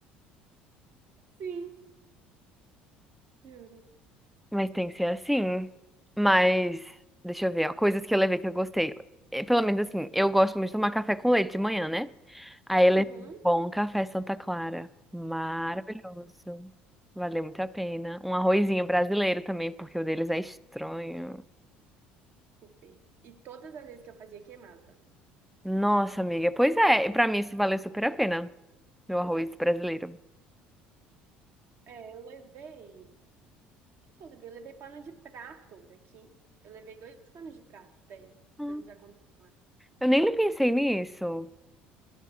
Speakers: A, on the right; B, in the centre.
A: Sim, juro.
B: Mas tem que ser assim. Mas, deixa eu ver, ó, coisas que eu levei que eu gostei. Eh, Pelo menos assim, eu gosto muito de tomar café com leite de manhã, né? Aí eu
A: Uhum.
B: levei um bom café Santa Clara. Maravilhoso. Valeu muito a pena. Um arrozinho brasileiro também, porque o deles é estranho.
A: Desculpe. E todas as vezes que eu fazia, queimava.
B: Nossa, amiga, pois é, e pra mim isso valeu super a pena, meu arroz brasileiro.
A: É, eu levei. O que que eu levei? Eu levei pano de prato daqui. Eu levei dois panos de prato, velho.
B: Hum,
A: Pra nos acompanhar lá.
B: Eu nem pensei nisso.